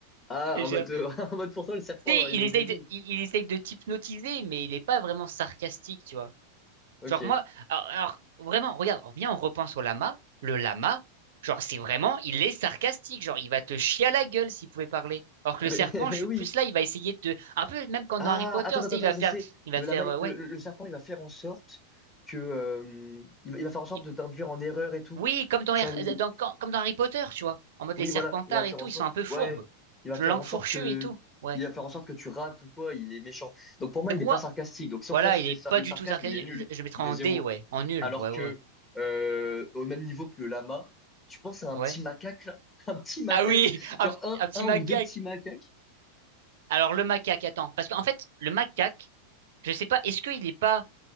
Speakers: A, on the left; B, on the right.
A: Ah,
B: Et
A: en
B: genre,
A: mode, euh, <laughs> en mode pour toi, le serpent,
B: Tu sais,
A: genre, il
B: il
A: est
B: essaye
A: débile.
B: de, il, il essaye de t'hypnotiser, mais il est pas vraiment sarcastique, tu vois.
A: Ok.
B: Genre moi, alors, alors, vraiment, regarde, on vient, on repense au lama. Le lama, genre c'est vraiment, il est sarcastique, genre il va te chier à la gueule s'il pouvait parler.
A: <laughs>
B: Alors que le
A: Mais,
B: serpent, je suis
A: <laughs> oui.
B: plus là, il va essayer de te, un peu même comme
A: Ah,
B: dans Harry Potter,
A: attends,
B: tu
A: attends,
B: sais,
A: attends,
B: il va
A: je
B: faire,
A: sais.
B: il va
A: Le,
B: faire,
A: lama,
B: euh,
A: il-
B: ouais,
A: le, le- le serpent, il va faire en sorte que, euh, il va, il va faire en sorte
B: il-
A: de t'induire en erreur et tout.
B: oui, comme dans,
A: Genre,
B: Har-
A: il-
B: euh, dans- quand- comme dans Harry Potter, tu vois, en mode
A: oui,
B: les serpentards
A: voilà, il va faire
B: et tout,
A: en sorte,
B: ils sont un peu fourbes,
A: ouais, il va faire
B: le langue
A: en sorte
B: fourchue
A: que,
B: et tout, ouais.
A: il va faire en sorte que tu rates ou quoi. Il est méchant. Donc pour moi,
B: Donc
A: il n'est
B: moi,
A: pas sarcastique. Donc si
B: voilà,
A: on classe
B: il
A: les
B: est
A: sar-
B: pas
A: le
B: du
A: sarcasme,
B: tout sarcastique.
A: il est nul,
B: Je, je le mettrais
A: il
B: en
A: est zéro.
B: D, ouais, en nul,
A: Alors
B: ouais,
A: que,
B: ouais, ouais.
A: euh, au même niveau que le lama, tu penses à un
B: Ouais.
A: petit macaque là, <laughs> un petit macaque,
B: Ah oui, <laughs>
A: genre
B: un,
A: un,
B: un petit
A: un
B: macaque.
A: ou deux petits macaques
B: Alors le macaque, attends, parce qu'en fait, le macaque, je sais pas, est-ce qu'il est pas